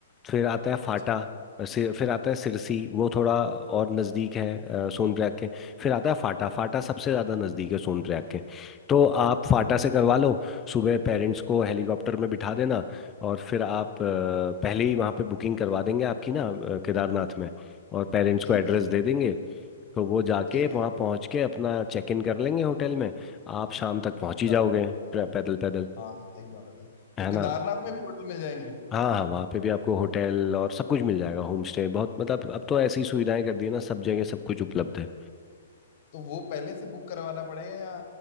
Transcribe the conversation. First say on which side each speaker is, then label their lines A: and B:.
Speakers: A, on the left (about 20°); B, on the left (about 40°).
A: फिर आता है फाटा
B: अच्छा
A: अ, सि- फिर आता है सिरसी वो थोड़ा और नज़दीक है अ, सोनप्रयाग के फिर आता है फाटा फाटा सबसे ज़्यादा नज़दीक है सोनप्रयाग के तो आप फाटा से करवा लो सुबह पेरेंट्स को हेलीकॉप्टर में बिठा देना और फिर आप अ, पहले ही वहाँ पे बुकिंग करवा देंगे आपकी ना अ, केदारनाथ में और पेरेंट्स
B: ठीक
A: को एड्रेस
B: है
A: दे देंगे तो वो जाके
B: ठीक है
A: वहाँ पहुँच के अपना चेक इन कर लेंगे होटल में आप शाम तक पहुँच
B: अच्छा
A: ही जाओगे प- पैदल पैदल
B: हाँ सही बात है
A: है
B: तो केदारनाथ
A: ना
B: में भी होटल मिल जाएंगे
A: हाँ हाँ वहाँ पे भी आपको होटल और सब कुछ मिल जाएगा होम स्टे बहुत मतलब अब तो ऐसी सुविधाएं कर दी है ना सब जगह सब कुछ उपलब्ध है
B: तो वो पहले से बुक करवाना पड़ेगा या